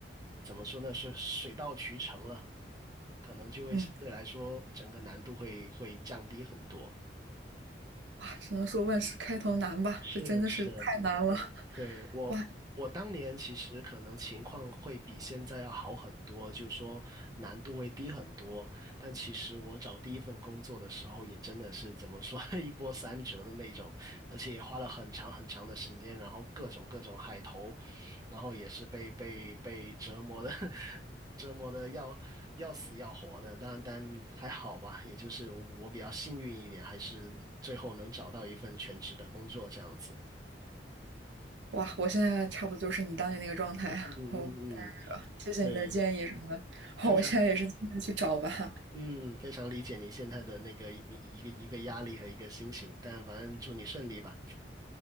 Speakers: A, on the right; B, on the right.
A: 怎么说呢？是水到渠成了，可能就会相对来说整个难度会会降低很多。
B: 嗯，哇，只能说万事开头难吧，
A: 是是，
B: 这真的是太难了。<laughs>
A: 对，我，
B: 哇
A: 我当年其实可能情况会比现在要好很多，就是说难度会低很多。但其实我找第一份工作的时候，也真的是怎么说 <laughs> 一波三折的那种，而且也花了很长很长的时间，然后各种各种海投，然后也是被被被折磨的 <laughs> 折磨的要要死要活的。但但还好吧，也就是我比较幸运一点，还是最后能找到一份全职的工作这样子。
B: 哇，我现在差不多就是你当年那个状态哦。
A: 嗯嗯
B: 谢谢你的建议什么的。
A: 对，
B: 好我现在也是尽力去找吧。
A: 非常，嗯，非常理解你现在的那个你一个一个压力和一个心情，但反正祝你顺利吧。